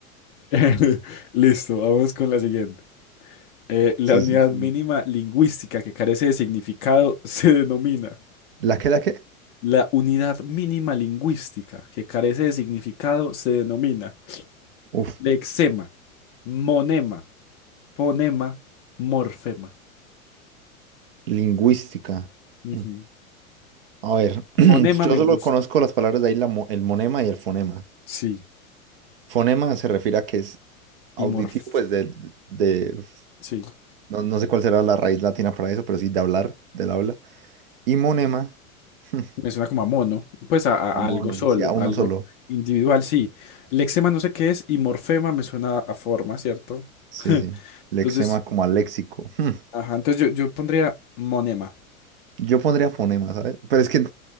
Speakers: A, on the left; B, on the right.
A: <laughs> Listo, vamos con la siguiente. Eh, la
B: Sí,
A: unidad
B: sí, sí.
A: mínima lingüística que carece de significado <laughs> se denomina.
B: ¿La qué, la qué?
A: La unidad mínima lingüística que carece de significado se denomina
B: Uf,
A: lexema, monema, fonema, morfema.
B: lingüística.
A: Ujú.
B: Mm. A ver, <clears throat>
A: Monema
B: yo
A: me
B: solo
A: gusta.
B: conozco las palabras de ahí, la mo- el monema y el fonema.
A: Sí,
B: Fonema se refiere a que es auditivo,
A: y morf.
B: pues de, de-
A: Sí,
B: no, no sé cuál será la raíz latina para eso, pero sí de hablar, del habla. Y monema, <laughs>
A: me suena como a mono. Pues a, a a
B: a mono,
A: algo solo,
B: sí, a uno
A: algo
B: solo.
A: individual, sí. Lexema no sé qué es y morfema me suena a forma, ¿cierto?
B: Sí,
A: <laughs>
B: sí. Lexema
A: Entonces,
B: como a léxico. <laughs>
A: ajá, entonces yo, yo pondría monema.
B: Yo pondría fonema, ¿sabes? Pero es que